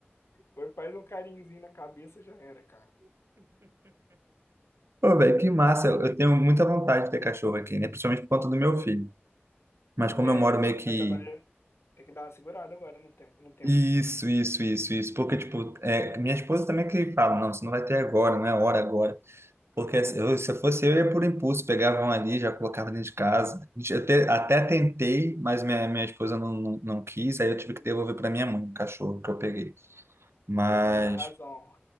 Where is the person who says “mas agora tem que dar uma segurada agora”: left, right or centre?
Left